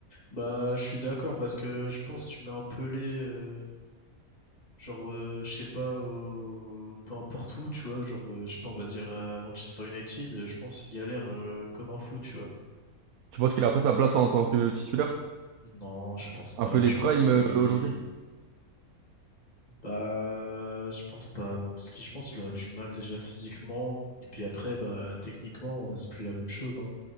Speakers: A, on the left; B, on the right.
A: Bah, je suis d'accord parce que je pense que tu mets un Pelé, euh, genre, euh, je sais pas, au- peu importe où, tu vois, genre, euh, je sais pas, on va dire euh, Manchester United, euh, je pense qu'il galère euh, comme un fou, tu vois.
B: Tu penses qu'il a pas sa place en tant que titulaire?
A: Non, je pense pas.
B: Un peu les
A: Je
B: primes
A: pense qu'il...
B: euh, aujourd'hui?
A: Bah, je pense pas, non, parce que je pense qu'il aurait du mal déjà physiquement, et puis après, bah, techniquement, euh, c'est plus la même chose, hein.